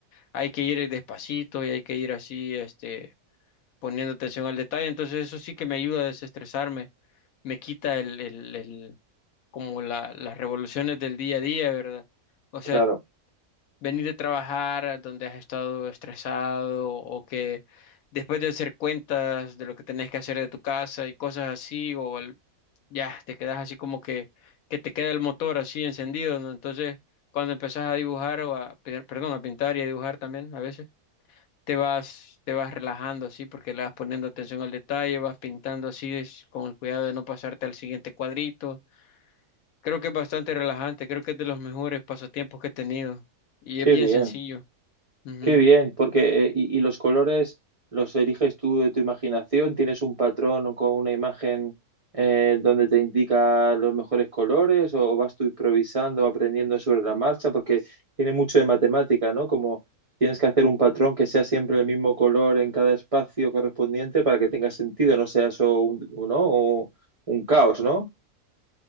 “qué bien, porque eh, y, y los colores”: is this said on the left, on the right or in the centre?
Right